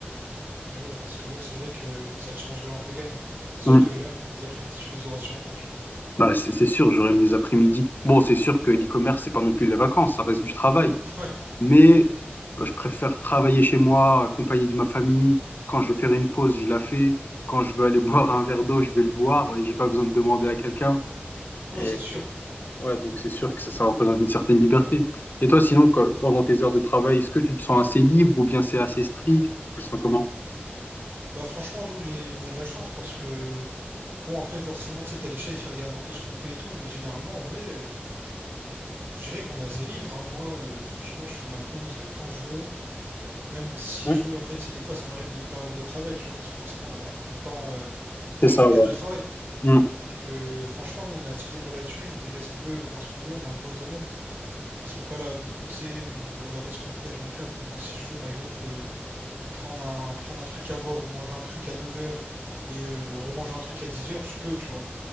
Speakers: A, on the right (about 60°); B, on the left (about 50°).
A: Euh, ouais, parce que ouais, c'est vrai que ça te changerait un peu quand même. C'est sûr
B: Mm.
A: que là, les après-midi, tu les auras sûrement, tu vois.
B: Bah, c'est c'est sûr, j'aurai mes après-midi. Bon, c'est sûr que l'e-commerce, c'est pas non plus les vacances, ça reste du travail.
A: <laughs> Ouais,
B: Mais
A: ouais.
B: bah, je préfère travailler chez moi, accompagné de ma famille. Quand je veux faire une pause, je la fais. Quand je veux aller <laughs> boire un verre d'eau, je vais le boire. Et j'ai pas besoin de demander à quelqu'un.
A: Ouais,
B: Et
A: c'est sûr.
B: Ouais, donc c'est sûr que ça, ça représente une certaine liberté. Et toi, sinon, quoi, pendant tes heures de travail, est-ce que tu te sens assez libre ou bien c'est assez strict? Tu le sens comment?
A: Mm. Bah franchement, nous, les... on a de la chance parce que... Bon, après, forcément, tu sais, t'as les chefs, ils regardent un peu ce qu'on fait et tout, mais généralement, en vrai, euh, je dirais qu'on est assez libre, hein. Moi, euh, franchement, je fais ma pause euh, quand je veux. Même si
B: Ouais.
A: je veux, en fait, si des fois ça m'arrive de ne pas avoir de travail, tu vois, parce que forcément on n'a pas tout le temps euh, H24
B: C'est ça, ouais.
A: du travail.
B: Hmm.
A: Donc euh, franchement, nous, on est assez libre là-dessus. Ils nous laissent un peu faire ce qu'on veut, on est un peu autonome. Ils sont pas là à nous courser ou regarder ce qu'on fait H24. Donc si je veux, par exemple, euh, prendre un, prendre un truc à boire ou manger un truc à 9 heures et euh, remanger un truc à 10 heures, je peux, tu vois.